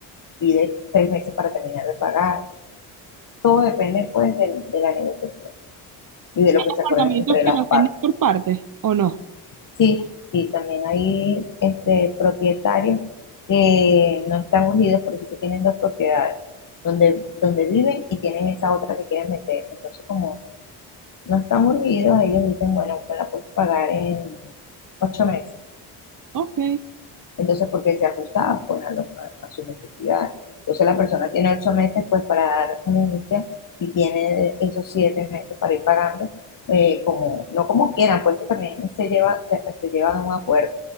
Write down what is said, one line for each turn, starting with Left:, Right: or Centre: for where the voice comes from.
Left: pide tres meses para terminar de pagar. Todo depende pues de, de la negociación y de lo que se
Right: ¿Apartamentos
Left: acuerden entre
Right: que
Left: las
Right: los
Left: partes.
Right: venden por partes o no?
Left: Sí, sí, también hay este, propietarios que no están unidos, por eso que tienen dos propiedades, donde, donde viven y tienen esa otra que quieren vender. Entonces, como no están urgidos, ellos dicen, bueno, pues la puedes pagar en ocho meses.
Right: Ok.
Left: Entonces, porque se ajusta pues, a, lo- a- a sus necesidades. Entonces, la persona tiene ocho meses pues, para dar un inicio y tiene esos siete meses para ir pagando, eh, como, no como quieran, pues eso también se lleva, se, se lleva a un acuerdo.